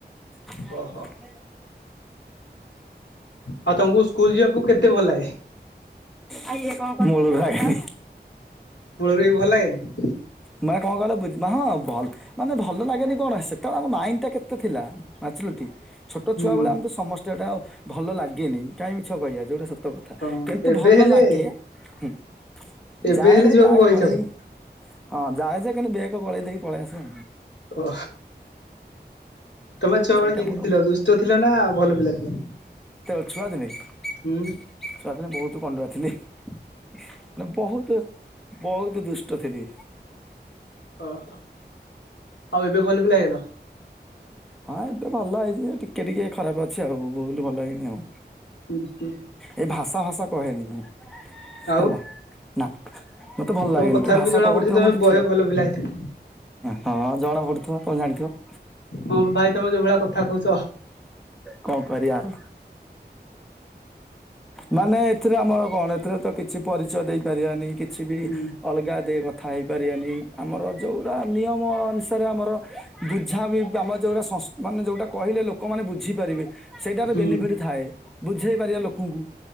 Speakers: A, in the centre; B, on the left.
A: ଆ
B: ଓହୋ।
A: ଖ ଖ <inaudible>
B: ଆଉ ତମକୁ ସ୍କୁଲ ଯିବାକୁ କେତେ ଭଲ ଲାଗେ
A: ଆଜ୍ଞା କଣ କରୁଥିଲ? ମୂଳରୁ ଲାଗିନି
B: ମୂଳରୁ ବି ଭଲ ହେଇନି।
A: ମାନେ କଣ କହିଲେ ବୁଝିବା ହଁ ଭଲ ମାନେ ଭଲ ଲାଗେନି କଣ ସେତେବେଳେ ଆମ ମାଇଣ୍ଡ ଟା କେତେ ଥିଲା। ମାଚୁରିଟି। ଛୋଟ
B: ହୁଁ
A: ଛୁଆବେଳେ ଆମେ ତ ସମସ୍ତେ ଏଟା ଆଉ ଭଲ ଲାଗେନି କାହିଁ ମିଛ କହିବା। ଯୋଉଟା ସତ କଥା
B: ହଁ
A: କିନ୍ତୁ
B: ଏବେ
A: ଭଲ
B: ହେଲେ
A: ଲାଗେ, ହୁଁ।
B: ଏବେ
A: ଯାଏ
B: ହେଲେ
A: ଖାଲି
B: ଯିବାକୁ
A: ବ୍ୟାଗ୍
B: ବହେ
A: ଗଳେଇ
B: ଇଚ୍ଛା ହୁଏ।
A: ଦେଇକି ହଁ ଯାଏ ଯେ କିନ୍ତୁ ବ୍ୟାଗ୍ ଗଳେଇ ଦେଇକି ପଳେଇ ଆସେ।
B: ଓ ତମେ ଛୋଟବେଳେ
A: ସେଇଟା
B: କେମିତି
A: ମୋର
B: ଥିଲ ଦୁଷ୍ଟ ଥିଲା ନା ଭଲ ପିଲା ଥିଲ?
A: ଛୁଆ ଦିନେ ଛୁଆ
B: ହୁଁ
A: ଦିନେ ବହୁତ କଣ୍ଡୁଆ ଥିଲି। ମାନେ ବହୁତ ବହୁତ ଦୁଷ୍ଟ ଥିଲି।
B: ଓହୋ ଆଉ ଏବେ ଭଲ। ପିଲା ହେଇଗଲ?
A: ହଁ ଏବେ ଭଲ ହେଇ ଏ ଟିକେ ଟିକେ ଖରାପ ଅଛି ଆଉ ଫୁଲ୍ ଭଲ ହେଇନି ଆଉ।
B: ହୁଁ ହୁଁ
A: ଏ ଭାଷା ଭାଷା କହେନି ମୁଁ।
B: ଆଉ
A: ହେଲା। ନା। ମତେ ଭଲ
B: ତମ
A: ଲାଗେନି
B: କଥାରୁ
A: କିଏ ଭାଷା
B: ବି ଜଣା
A: କହୁଥିବ
B: ପଡୁଛି ତମେ
A: ମୋର ଏଠି।
B: ବହେ ଭଲ ପିଲା ହେଇଥିବ।
A: ହଁ ଜଣା ପଡୁଥିବ। କଣ ଜାଣିଥିବ। <inaudible>
B: ହଁ ଭାଇ ତମେ ଯୋଉ ଭଳିଆ କଥା କହୁଛ
A: କଣ କରିବା ଆଉ। ମାନେ ଏଥିରେ ଆମର କଣ ଏଥିରେ ତ କିଛି ପରିଚୟ ଦେଇପାରିବାନି। କିଛି ବି
B: ହୁଁ
A: ଅଲଗା ଦେଇ କଥା ହେଇପାରିବାନି ଆମର ଯୋଉଟା ନିୟମ ଅନୁସାରେ ଆମର ବୁଝା ବି ଆମର ଯୋଉଟା ମାନେ ଯୋଉଟା କହିଲେ ଲୋକମାନେ ବୁଝିପାରିବେ। ସେଇଟାର
B: ହୁଁ
A: ବେନିଫିଟ ଥାଏ। ବୁଝେଇ ପାରିବା ଲୋକଙ୍କୁ।